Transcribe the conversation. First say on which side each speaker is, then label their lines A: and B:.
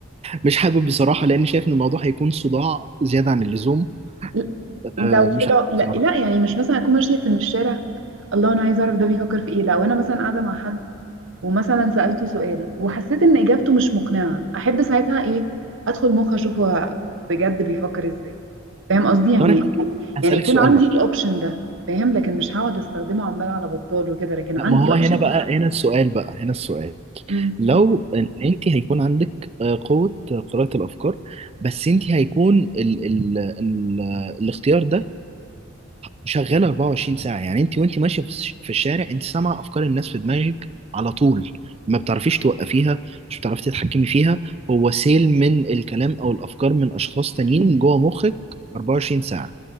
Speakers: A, on the right; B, on the right.
A: مش حابب بصراحه لان شايف ان الموضوع هيكون صداع زياده عن اللزوم
B: ل-
A: آه،
B: لو في
A: مش
B: الع...
A: عارف
B: لا
A: بصراحه
B: لا يعني مش مثلا اكون ماشيه في الشارع الله انا عايزه اعرف ده بيفكر في ايه لو انا مثلا قاعده مع حد ومثلا سألته سؤال وحسيت ان اجابته مش مقنعة احب ساعتها ايه ادخل مخ اشوف هو بجد بيفكر ازاي فاهم قصدي يعني
A: طب انا هسالك هسألك
B: يعني يكون
A: سؤال
B: عندي
A: بقى
B: الاوبشن ده فاهم لكن مش هقعد استخدمه عمال على بطال وكده لكن
A: لا
B: عندي
A: ما هو
B: اوبشن
A: هنا
B: ان
A: بقى
B: انا
A: هنا السؤال بقى هنا السؤال
B: مم.
A: لو ان انت هيكون عندك آه، قوة قراءة الافكار بس انت هيكون ال ال ال الاختيار ده شغال 24 ساعة يعني انت وانت ماشية في الش- في الشارع انت سامعة افكار الناس في دماغك على طول ما بتعرفيش توقفيها مش بتعرفي تتحكمي فيها هو سيل من الكلام او الافكار من اشخاص تانيين جوه مخك 24 ساعة